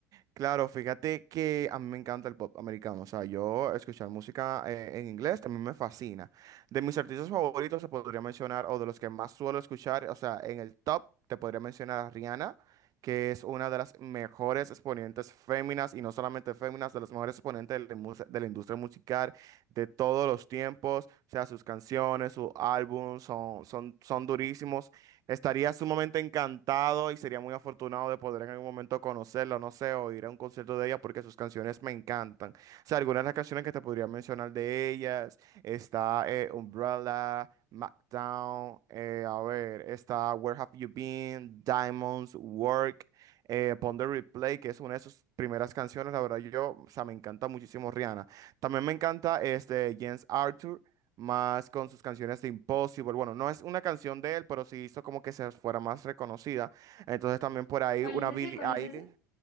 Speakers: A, on the right; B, on the left.
A: Claro, fíjate que a mí me encanta el pop americano, o sea, yo escuchar música eh, en inglés también me fascina. De mis artistas favoritos se podría mencionar, o de los que más suelo escuchar, o sea, en el top te podría mencionar a Rihanna, que es una de las mejores exponentes féminas, y no solamente féminas, de las mejores exponentes de la, mus- de la industria musical de todos los tiempos, o sea, sus canciones, sus álbumes son, son, son durísimos. Estaría sumamente encantado y sería muy afortunado de poder en algún momento conocerla, no sé, o ir a un concierto de ella porque sus canciones me encantan. O sea, algunas de las canciones que te podría mencionar de ellas, está eh, Umbrella, Smackdown, eh, a ver, está Where Have You Been, Diamonds, Work, eh, Pon the Replay, que es una de sus primeras canciones, la verdad yo, o sea, me encanta muchísimo Rihanna. También me encanta este James Arthur más con sus canciones de Impossible. Bueno, no es una canción de él, pero sí hizo como que se fuera más reconocida. Entonces también por ahí
B: ¿Cuál
A: una
B: es ese?
A: Billie
B: ¿Cuál es
A: Eilish,
B: ese?